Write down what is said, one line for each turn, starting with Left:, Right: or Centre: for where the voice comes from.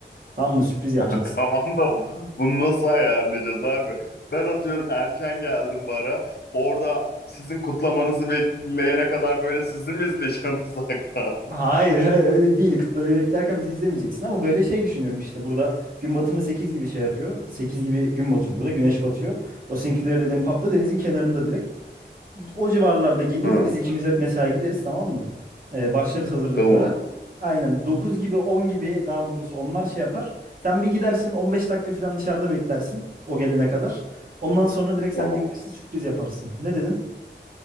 Right: Tamam mı? Sürpriz yapacaksın.
Left: <laughs> Tamam da bu- bunu nasıl ayarlayacağız abi? Ben atıyorum erken geldim bara. Orada sizin kutlamanızı bekleyene kadar böyle sizi mi izleyeceğim <laughs> uzaktan?
Right: Hayır, hayır öyle değil. Kıtları beklerken bizi izlemeyeceksin ama böyle şey düşünüyorum işte burada gün batımı 8 gibi şey yapıyor. sekiz gibi gün batıyor burada. Güneş batıyor. O Sinclair dediğim pub'da denizin kenarında direkt. O civarlarda geliriz
Left: Hı,
Right: biz ikimiz mesela gideriz tamam mı? Ee, başlarız hazırlıklara.
Left: tamam.
Right: Aynen dokuz gibi on gibi daha doğrusu onlar şey yapar. Sen bir gidersin 15 dakika falan dışarıda beklersin o gelene kadar. Ondan sonra direkt sen
Left: Tamam.
Right: de gelirsin sürpriz yaparsın. Ne dedin?